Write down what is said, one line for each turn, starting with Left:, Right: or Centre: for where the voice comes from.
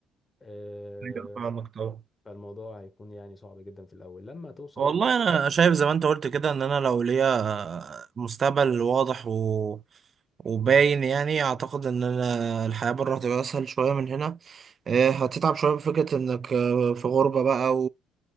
Left: آه،
Right: ايوه فاهمك طبعا
Left: فالموضوع هيكون يعني صعب جدا في الاول لما توصل
Right: والله انا شايف زي ما انت قلت كده ان انا لو ليا مستقبل واضح و... وباين يعني اعتقد ان انا الحياة بره هتبقى اسهل شوية من هنا آه، هتتعب شوية بفكرة انك آه، في غربة بقى